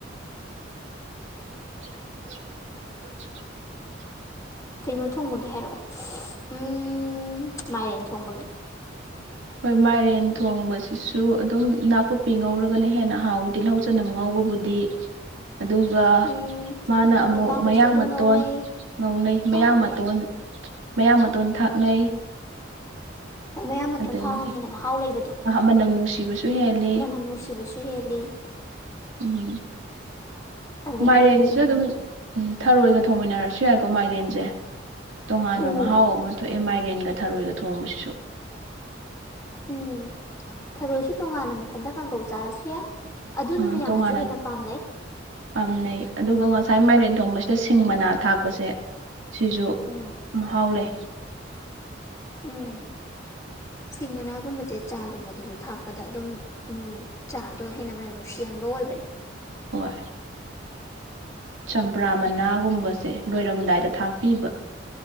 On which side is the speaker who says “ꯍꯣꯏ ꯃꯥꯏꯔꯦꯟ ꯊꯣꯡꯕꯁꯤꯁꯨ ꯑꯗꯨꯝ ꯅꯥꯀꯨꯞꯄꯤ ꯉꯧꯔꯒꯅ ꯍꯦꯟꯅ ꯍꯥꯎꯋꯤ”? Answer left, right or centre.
Right